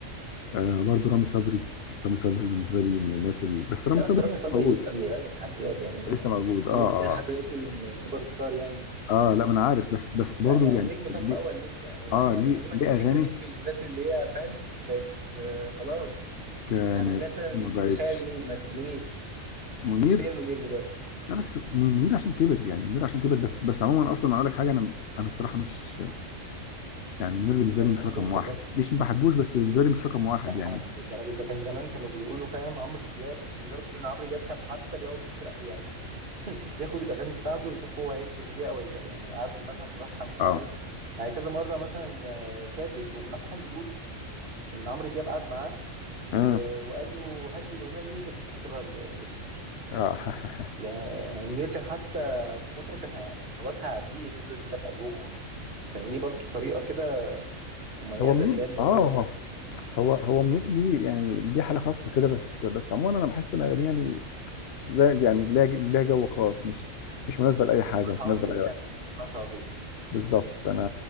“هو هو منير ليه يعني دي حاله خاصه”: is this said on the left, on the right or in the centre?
Left